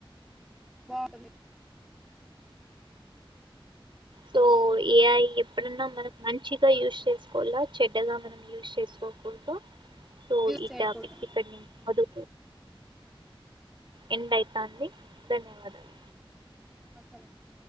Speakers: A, in the centre; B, on the right.
A: దాటిని
B: సో ఏ ఐ ఎప్పుడన్నా మనం మంచిగా యూస్ చేస్కోవాల చెడ్డగా మనం యూజ్ చేసుకోకూడదు సో
A: యూజ్
B: ఈ
A: చేయకూడదు
B: టాపిక్ ఇక్కడ్నే వదు ఎండైతాంది ధన్యవాదాలు
A: పక్కన